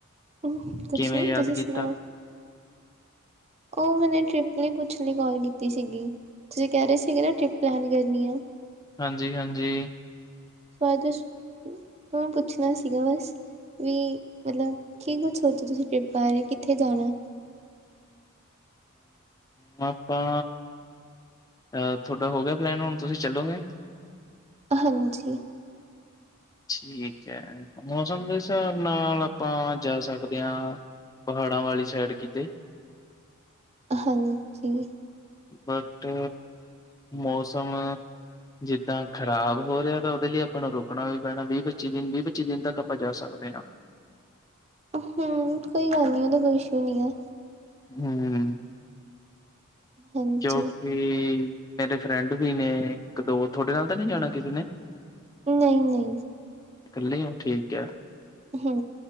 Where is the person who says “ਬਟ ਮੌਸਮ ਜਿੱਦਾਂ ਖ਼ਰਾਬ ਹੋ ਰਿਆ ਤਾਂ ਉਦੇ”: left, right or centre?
Left